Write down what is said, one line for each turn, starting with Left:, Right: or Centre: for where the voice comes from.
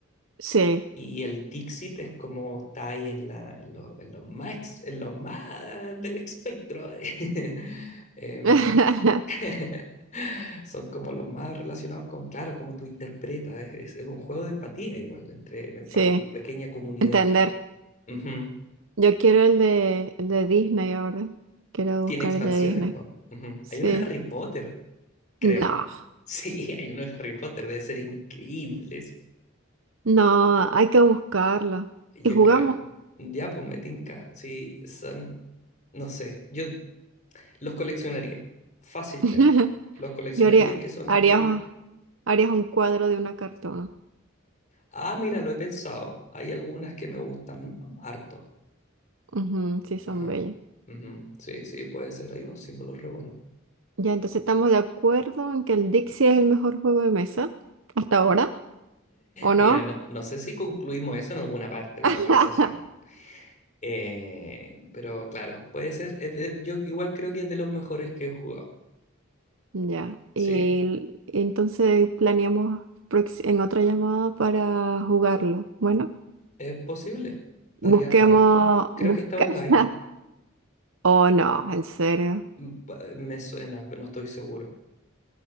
Right: Sí.
Left: Y el Dixit es como está ahí en, la, en, lo, en los más, ex- en los más del espectro. <laughs> Em,
Right: <laughs>
Left: <laughs> son como los más relacionados con, claro, cómo tú interpretas. Es, es- es un juego de empatía igual entre, eh,
Right: Sí.
Left: para tu pequeña comunidad.
Right: Entender.
Left: Ujú.
Right: Yo quiero el de, el de Disney ahora. Quiero
Left: Tiene
Right: buscar
Left: expansiones,
Right: el de Disney.
Left: po. Ujú.
Right: Sí.
Left: Hay uno en Harry Potter, creo.
Right: No.
Left: Sí, <laughs> hay uno en Harry Potter. Debe ser increíbles,
Right: No, hay que buscarlo.
Left: yo
Right: Y jugamos.
Left: creo. Ya, pues me tinca. Sí, son... No sé, yo Los coleccionaría, fácilmente.
Right: <laughs>
Left: Los coleccionaría
Right: Yo haría,
Left: es que son
Right: haría,
Left: increíbles.
Right: harías un cuadro de una cartona.
Left: Ah, mira, lo he pensado. Hay algunas que me gustan harto.
Right: Ujú, sí, son
Left: Ajá.
Right: bellas.
Left: Ujú. Sí, sí, puede ser. Hay unos símbolos re buenos.
Right: Ya, entonces estamos de acuerdo en que el Dixie es el mejor juego de mesa hasta ahora, ¿o no?
Left: Mira, no, no sé si concluimos eso en alguna parte de la
Right: <laughs>
Left: conversación. Eh, pero claro, puede ser. Es de- yo igual creo que es de los mejores que he jugado.
Right: Ya.
Left: Sí,
Right: el- entonces planeamos prox- en otra llamada para jugarlo. Bueno,
Left: es posible. Estaría
Right: busquemos,
Left: raro. Creo
Right: busca.
Left: que está online.
Right: <laughs> Oh, no, en serio.
Left: Mm, pa- Me suena, pero no estoy seguro.